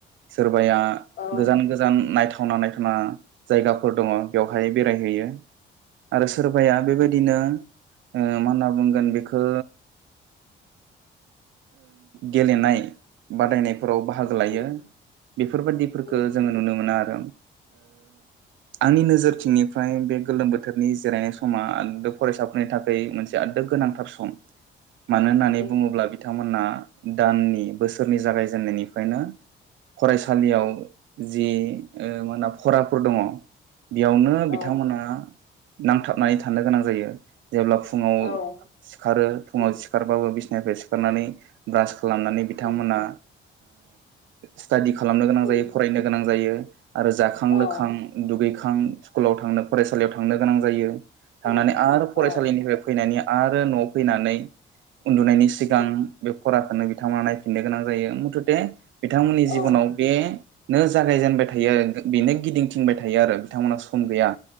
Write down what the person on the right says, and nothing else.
सोरबाया
गोजान गोजान नायथावना नायथावना जायगाफोर दङ बेवहाय बेरायहैयो आरो सोरबाया
बेबायदिनो मा होनना बुंगोन बेखौ गेलेनाय बादायनाय फोराव बाहागो लायो
बेफोरबायाददिफोरखौ
जोङो नुनो मोना आरो आंनि नोजोरथिंनिफ्राय बे गोलोम बोथोरनि जिरायनाय समा आदोब फरायसाफोरनि थाखाय मोनसे आदोब गोनांथार सम मानो होननानै
बुङोब्ला बिथांमोन मोनादाननि बोसोरनि जागायजेननायनिफ्रायनो फरायसालियाव
जि मा होनो फराफोर दङ बेयावनो
बिथांमोना नांथाबनानै थानो गोनां जायो जेब्ला फुङाव
सिखारो फुङाव
सिखारबाबो बि फ्राय सिखारनानै ब्रास खालामनानै बिथांमोना
स्टाडि खालामनो गोनां
जायो फरायनो गोनां जायो आरो जाखां
लोखां दुगै सकुलाव थांनो फरायसालियाव थांनो गोनां जायो
थांनानै आरो फरायसालिनिफ्राय
फैनानै आरो न'आव फैनानै उन्दुनायनि सिगां
बे फराखौनो बिथांमोना नायफिननो गोनां जायो मुथथे बिथांमोननि
जिबनाव बेनो जागायजेनबाय थायो
बेनो गिदिंथिंबाय थायो आरो बिथांमोना सम गैया